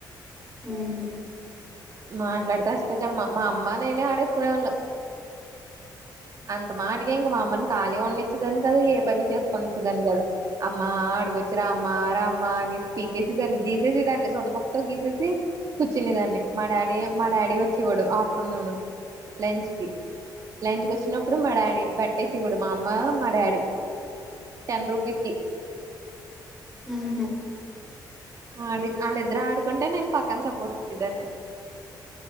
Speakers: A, in the centre; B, on the right (about 45°).
A: ఉహ్ హు
B: మాట్లాడితె అష్టచ్చమ్మ మా అమ్మ నేనే ఆడేసుకునేవాళ్ళం. అంత మాడికె ఇంగ మామ్ మనం కాలిగుండి. వచ్చిదాని కాదు. ఏ పని చేసుకోనిచ్చేదాన్ని కాదు. అమ్మ మ్మా అడుగొచ్చి రామ్మా రామ్మా అనేసి పీకేసెదాన్ని గీసేసె దాన్ని. సుద్దముక్కతో గీసేసి కూర్చునె దాన్ని. మా డాడీ మా డాడీ వచ్చేవాడు. ఆఫ్టర్నూన్ లంచ్ కి లంచ్కి వచ్చినప్పుడు. మా డాడీ బట్ టెసి విడు మా అమ్మా మా డాడీ టెన్ రుపీస్కి
A: ఉహ్ హు
B: ఆడి వాళ్ళిద్దరు ఆడుకుంటే. నేను పక్కన సపోర్ట్ ఇచ్చేదాన్ని